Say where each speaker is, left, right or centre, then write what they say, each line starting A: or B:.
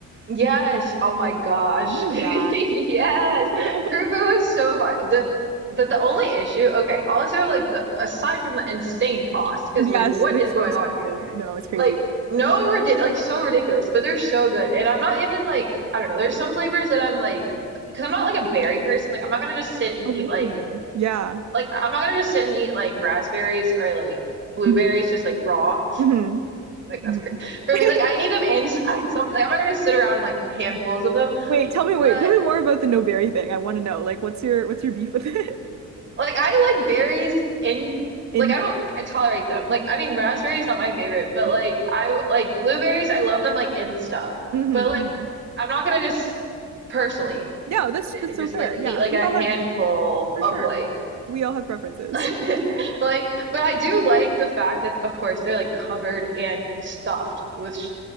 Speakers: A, on the right (about 40°); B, on the right (about 65°).
A: Yes. Oh my gosh.
B: Reminds me of
A: <laughs> Yes.
B: that.
A: True
B: <laughs>
A: food is so fine. The but the only issue, okay, also like the aside from the insane cost, because
B: Yes,
A: like what
B: they're
A: is
B: so
A: going
B: expensive.
A: on here?
B: No, it's crazy.
A: Like no ridic like so ridiculous, but they're so good. And I'm not even like I don't know, there's some flavors that I'm like because I'm not like a berry person, like I'm not gonna just sit and
B: Oh,
A: eat
B: really?
A: like
B: Yeah.
A: Like I'm not gonna just sit and eat like raspberries or like blueberries
B: Mhm.
A: just like raw.
B: Mhm.
A: Like that's
B: Mhm.
A: crazy <laughs> for
B: <laughs>
A: me. Like I need them <laughs> inside something. Like I'm not gonna sit around and like handfuls of them.
B: Wait, tell
A: But
B: me, wait, tell me more about the no berry thing. I want to know, like, what's your what's your beef with it?
A: like I like berries in
B: <laughs> In
A: like I don't I tolerate them. Like I mean raspberries not my favorite, but
B: Yeah,
A: like
B: yeah.
A: I like blueberries I love them like in stuff.
B: hmm
A: But like
B: hmm
A: I'm not gonna just personally
B: No, that's
A: sit
B: that's
A: and
B: so
A: just
B: fair.
A: like
B: Yeah,
A: eat like
B: we
A: a
B: all
A: handful
B: have for
A: of
B: sure.
A: like
B: We all have preferences.
A: <laughs>
B: <laughs>
A: Like, but I do like the fact that, of course, they're like covered and stuffed with sh